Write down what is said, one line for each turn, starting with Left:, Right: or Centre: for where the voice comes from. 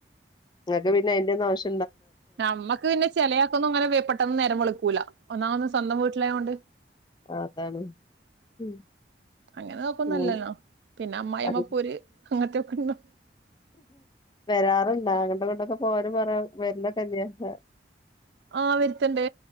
Left: നിങ്ങക്ക് പിന്നെ അതിന്റെന്നും ആവശ്യ
Right: നമ്മക്ക് പിന്നെ ചെലയാക്കൊന്നും അങ്ങനെ വേ പെട്ടെന്ന് നേരം വെളുക്കൂല ഒന്നാമത് സ്വന്തം വീട്ടിലായൊണ്ട്
Left: ആഹ് അതാണ് ഉം
Right: അങ്ങനെ നോക്കൊന്നുല്ലല്ലോ
Left: ഉം
Right: പിന്നെ അമ്മായിമ്മ
Left: അത്
Right: പോര് അങ്ങനത്തേക്ക ഉണ്ടോ
Left: വരാറുണ്ടാ അങ്ങട്ടും ഇങ്ങാട്ടൊക്കെ പോവാനും പറ വരല് തന്നെയാ അഹ്
Right: ആഹ് വരുത്ത്ണ്ട്